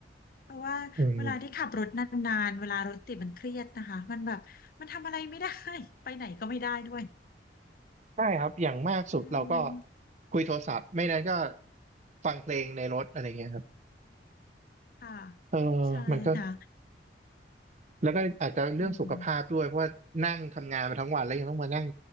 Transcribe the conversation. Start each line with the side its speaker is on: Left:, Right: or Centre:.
Left: เพราะว่าเวลาที่ขับรถนานๆเวลารถติดมันเครียดนะคะมันแบบมันทำอะไรไม่ได้
Right: อืม
Left: <laughs> ไปไหนก็ไม่ได้ด้วย
Right: ใช่ครับอย่างมากสุดเราก็
Left: อืมมัน
Right: คุยโทรศัพท์ไม่นั้นก็ฟังเพลงในรถอะไรเงี้ยครับ
Left: ค่ะ
Right: เออ
Left: ใช่ค่ะ
Right: มันก็แล้วก็อาจจะเรื่องสุขภาพด้วยเพราะว่านั่งทำงานมาทั้งวันแล้วยังต้องมานั่ง
Left: อืม